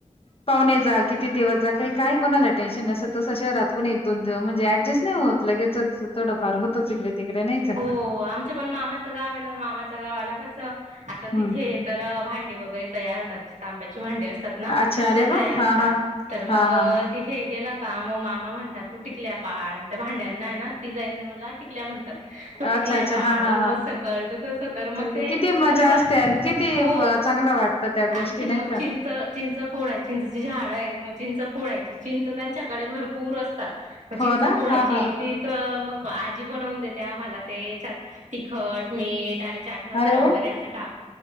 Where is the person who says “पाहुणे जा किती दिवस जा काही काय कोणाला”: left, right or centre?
Left